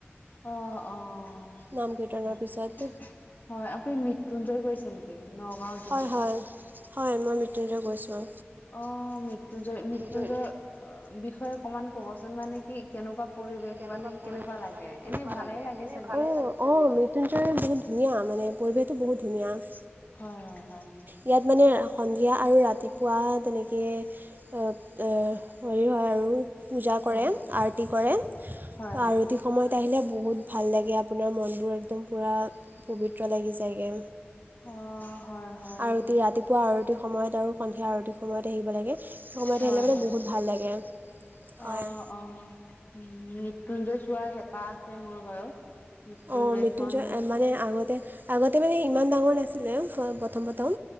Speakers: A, on the left; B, on the right.
A: অ', অ'।
B: নাম কীৰ্তনৰ
A: হয়,
B: পিছত
A: হয় আপুনি মৃত্যুঞ্জয় গৈছে নেকি? নগাঁওত যিহেতু
B: হয়, হয়, হয় মই মৃত্যুঞ্জয় গৈছোঁ।
A: অ' মৃত্যুঞ্জয় মৃত্যুঞ্জয়
B: জয়
A: বিষয়ে অকমান ক'বচোন মানে কি কেনেকুৱা পৰিৱেশ
B: কেনেকুৱা
A: মানে
B: পৰিৱেশ
A: লাগে
B: কেনেকুৱা
A: এনেই ভালে
B: লাগে? এনেই
A: চাগে
B: ভালে অ', অ' মৃত্যুঞ্জয় বহুত ধুনীয়া মানে পৰিৱেশটো বহুত ধুনীয়া।
A: হয়, হয়, হয়।
B: ইয়াত মানে সন্ধিয়া আৰু ৰাতিপুৱা তেনেকে এ! এ! হেৰি হয় আৰু পূজা কৰে,
A: হয়
B: আৰতি কৰে,
A: হয় হয় হয়
B: আৰতি সময়ত আহিলে বহুত ভাল লাগে, আপোনাৰ মনবোৰ একদম পূৰা পবিত্ৰ লাগি যায়গে।
A: অ হয় হয়
B: আৰতি ৰাতিপুৱা, আৰতি সময়ত আৰু আৰুতি সময়ত আহিব লাগে, সেই সময়ত
A: হয়
B: আহিলে মানে
A: হয়
B: বহুত ভাল লাগে। হয়
A: অ', অ' মৃত্যুঞ্জয় চোৱাৰ হেঁপাহ আছে মোৰ বাৰু। মৃত্যুঞ্জয়খন
B: অ', মৃত্যুঞ্জয় মানে আগতে আগতে মানে ইমান ডাঙৰ নাছিলে, প্ৰথম প্ৰথম